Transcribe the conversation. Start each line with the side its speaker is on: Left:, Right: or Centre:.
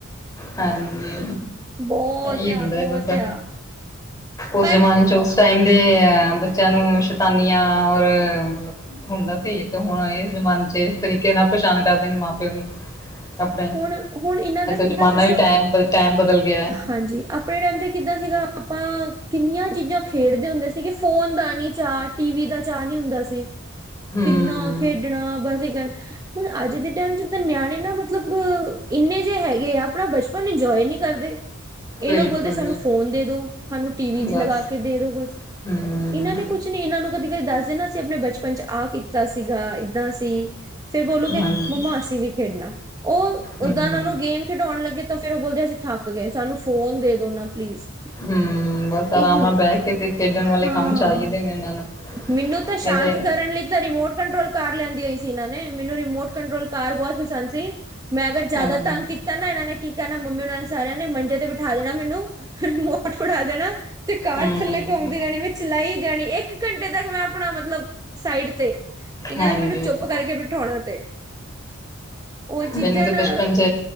Left: ਹਾਂਜੀ।
Right: ਬੋਤ
Left: ਇਹੀ ਹੁੰਦਾ
Right: ਆ, ਬੋਤ
Left: ਹੈ ਬਸ
Right: ਆ।
Left: ਉਸ
Right: ਪਰ
Left: ਜਮਾਨੇ ਚ ਉਸ ਟਾਈਮ ਦੇ ਅ ਬੱਚਿਆਂ ਨੂੰ ਸ਼ੈਤਾਨੀਆਂ ਔਰ ਮਤਲਬ ਹੁੰਦਾ ਸੀ ਤੇ, ਹੁਣ ਇਸ ਜ਼ਮਾਨੇ'ਚ ਇਸ ਤਰੀਕੇ ਨਾਲ ਪਛਾਣ ਕਰਦੇ ਨੇ, ਮਾਂ-ਪਿਓ ਨੂੰ। ਆਪਣੇ
Right: ਹੁਣ, ਹੁਣ, ਇਹਨਾਂ ਦਾ ਕਿੱਦਾਂ
Left: ਜ਼ਮਾਨਾ
Right: ਸਿਸਟਮ
Left: ਵੀ ਟਾਇਮ, ਟਾਈਮ ਬਦਲ ਗਿਆ ਹੈ।
Right: ਹਾਂਜੀ, ਆਪਣੇ ਟਾਈਮ ਤੇ ਕਿੱਦਾਂ ਸੀਗਾ, ਆਪਾਂ ਕਿੰਨੀਆਂ ਚੀਜ਼ਾਂ ਖੇਡਦੇ ਹੁੰਦੇ ਸੀਗੇ। ਫੋਨ ਦਾ ਨਹੀਂ ਚਾਰਟ ਟੀਵੀ ਦਾ ਚਾਅ ਨੀ, ਹੁੰਦਾ ਸੀ।
Left: ਹੂੰ
Right: ਕਿੰਨਾ ਖੇਡਣਾ ਬਸ ਇਹ ਗੱਲ, ਹੁਣ ਅੱਜ ਦੇ ਟਾਈਮ ਜਿੱਦਾਂ ਨਿਆਣੇ ਨਾ ਮਲ ਮਤਲਬ। ਇੰਨੇ ਜਿਹੇ ਹੈਗੇ ਆ, ਆਪਣਾ ਬਚਪਨ ਇੰਜੋਏ ਨਹੀਂ ਕਰਦੇ। ਇਹ
Left: ਬਿਲਕੁਲ
Right: ਲੋਕ ਬੋਲਦੇ ਸਾਨੂੰ
Left: ਵੀ
Right: ਫੋਨ ਦੇਦੋ, ਸਾਨੂੰ ਟੀਵੀ'ਚ
Left: ਬਸ
Right: ਲਗਾਕੇ ਦੇਦੋ ਕੁਝ।
Left: ਹੂੰ
Right: ਇਹਨਾਂ ਨੇ ਕੁਛ ਨੀ, ਇਹਨਾਂ ਨੂੰ ਕਦੇ-ਕਦੇ ਦੱਸ ਦੇਣਾ ਸੀ, ਆਪਣੇ ਬਚਪਨ'ਚ ਆ, ਕੇ ਸੀਗਾ ਏਦਾਂ ਸੀ, ਫੇਰ ਬੋਲੂਗੇ,
Left: ਹਾਂਜੀ
Right: ਮੰਮਾ ਅਸੀ ਵੀ ਖੇਡਣਾ। ਉੱਦਾਂ
Left: ਹੂੰ
Right: ਉਹ ਨੂੰ ਗੇਮ ਖਿਡਾਉਣ ਲੱਗੇ ਤਾਂ ਫੇਿਰ ਉਹ ਬੋਲਦੇ ਅਸੀਂ ਥੱਕ ਗਏ, ਸਾਨੂੰ ਫੋਨ ਦੇ ਦੋ ਨਾ ਪਲੀਜ਼
Left: ਹੂੰ, ਬਸ ਆਰਾਮ
Right: ਇਹੀ
Left: ਨਾਲ ਬਹਿ ਕੇ ਤੇ ਖੇਡਣ ਵਾਲੇ
Right: ਹਾਂ
Left: ਕੰਮ ਚਾਹੀਦੇ ਈ ਉਹਨਾਂ ਨੂੰ
Right: ਮੈਨੂੰ ਤਾਂ ਸ਼ਾਂਤ
Left: ਨਹੀਂ ਤੇ
Right: ਕਰਨ ਲਈ ਤੇ ਰਿਮੋਟ ਕੰਟਰੋਲ ਕਾਰ ਲੈਂਦੀ ਹੋਈ ਸੀ ਇਹਨਾਂ ਨੇ, ਮੈਨੂੰ ਰਿਮੋਟ ਕੰਟਰੋਲ ਕਾਰ ਬੋਤ ਪਸੰਦ ਸੀ, ਮੈਂ ਅਗਰ ਜ਼ਿਆਦਾ
Left: ਹਾਂ ਹੂੰ
Right: ਤੰਗ ਕੀਤਾ ਤਾਂ ਨਾ ਇਹਨਾਂ ਨੇ ਕੀ ਕਰਨਾ ਮੰਮੀ ਉਹਨਾਂ ਨੇ ਸਾਰਿਆਂ ਨੇ ਮੰਜੇ ਤੇ ਬਿਠਾ ਦੇਣਾ ਮੈਨੂੰ ਰਿਮੋਟ ਫੜਾ ਦੇਣਾ ਤੇ ਕਾਰ
Left: ਹੂੰ
Right: ਥੱਲੇ
Left: ਹੂੰ
Right: ਘੁੰਮਦੀ ਰਹਿਣੀ ਮ ਚਲਾਈ ਜਾਣੀ, ਇੱਕ ਘੰਟੇ ਤੱਕ ਮੈਂ ਆਪਣਾ ਮਤਲਬ ਸਾਈਡ ਤੇ ਇਹਨਾਂ
Left: ਹਾਂਜੀ
Right: ਨੇ ਮੈਨੂੰ ਚੁੱਪ ਕਰਕੇ ਬਿਠਾਉਣਾ ਤੇ ਉਹ ਚੀਜ਼ਾਂ
Left: ਮੈਨੂੰ ਤੇ
Right: ਨਾ
Left: ਬਚਪਨ ਚ